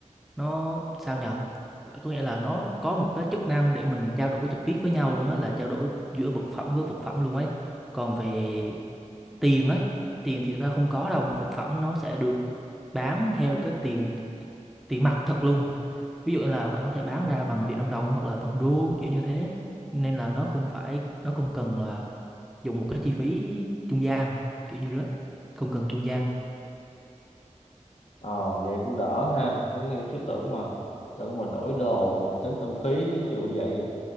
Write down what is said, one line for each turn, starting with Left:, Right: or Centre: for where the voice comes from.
Centre: nó sao nhờ có nghĩa là nó có một cái chức năng để mình trao đổi trực tiếp với nhau luôn á là trao đổi giữa vật phẩm với vật phẩm luôn ấy còn về tiền ấy tiền thì ra không có đâu vật phẩm nó sẽ được bán theo cái tiền tiền mặt thật luôn ví dụ như là bạn có thể bán ra bằng Việt Nam đồng hoặc là bằng đô kiểu như thế nên là nó không phải nó không cần là dùng một cái chi phí trung gian kiểu như đó không cần trung gian
Left: ờ vậy cũng đỡ ha Cứ nghe- chứ tưởng mà tưởng mà đổi đồ rồi còn tốn thêm phí ví dụ vậy